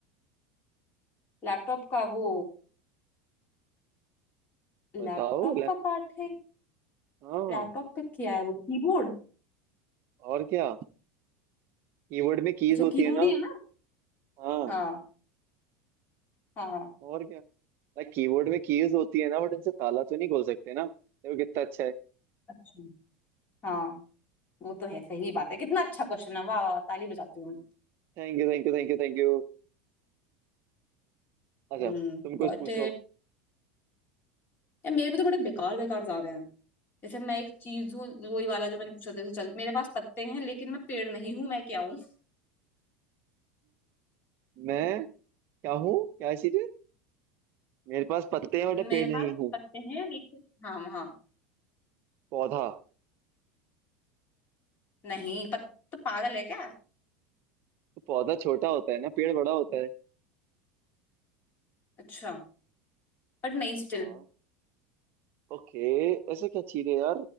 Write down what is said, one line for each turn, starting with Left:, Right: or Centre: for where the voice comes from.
Left: लैपटॉप का वो लैपटॉप
Right: बताओ ले
Left: का पार्ट है
Right: हाँ
Left: लैपटॉप पे क्या है वो कीबोर्ड
Right: और क्या कीबोर्ड में कीज
Left: अच्छा
Right: होती
Left: कीबोर्ड
Right: है ना
Left: ही है ना
Right: हाँ
Left: हाँ हाँ
Right: और क्या लाइक कीबोर्ड में कीज होती है ना बट उनसे ताला तो नहीं खोल सकते ना देखो कितना अच्छा है
Left: अच्छा हाँ वो तो है सही बात है कितना अच्छा क्वेश्चन है वाह वाह वाह, ताली बजाती हूँ
Right: Thank you thank you thank you thank you अच्छा
Left: Hmm
Right: तुम
Left: got
Right: कुछ पूछो
Left: it यार मेरे में तो बड़े बेकार बेकार जा रहे हैं जैसे मैं एक चीज हूँ वही वाला जो मैंने पूछा था जैसे चल मेरे पास पत्ते हैं लेकिन मैं पेड़ नहीं हूँ मैं क्या हूँ
Right: मैं क्या हूँ क्या चीजें मेरे पास पत्ते हैं
Left: मेरे
Right: बट पेड़ नहीं
Left: पास
Right: हूँ
Left: पत्ते हैं लेकिन हाँ हाँ
Right: पौधा
Left: नहीं पत, तो पागल है क्या
Right: तो पौधा छोटा होता है ना पेड़ बड़ा होता है
Left: अच्छा बट नहीं स्टिल
Right: हाँ ओके ऐसे क्या चीज है यार